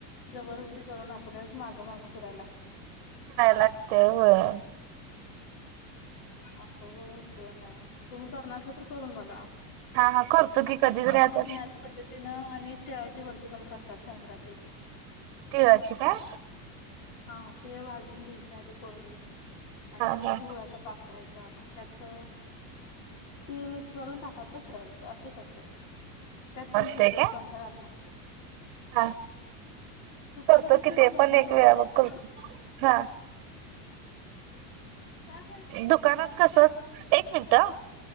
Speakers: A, on the left; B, on the right.
A: जबरदस्ती करून आपल्यालाच मागं मागे फिरायला लागते.
B: शिजायला लागते होय.
A: असं होत आहे तुम्ही करणार असल तर करून बघा.
B: हा हा करतो की
A: असं
B: कधीतरी
A: असे
B: आता
A: आम्ही याच पद्धतीनं आणि तिळाची बर्फी पण करतात संक्रांतीत.
B: तिळाची काय.
A: हा तिळ भाजून घ्यायचे आधी कोरडे आणि
B: हा
A: असाच
B: हा
A: गुळाचा पाक. करायचा त्यात. ते मिक्स करून पाकात पसरवायचं असंच असतं सेम. त्यात पण
B: असतय
A: तुप एक
B: काय
A: चमचा घालायला लागतोय.
B: हा
A: तूपण
B: करतो
A: कसा
B: कि
A: एक
B: ते
A: खमंग
B: पण वेळा
A: पणा येतोय
B: मग करतो
A: ना.
B: हा.
A: का गं.
B: दुकानात कस एक मिनिट.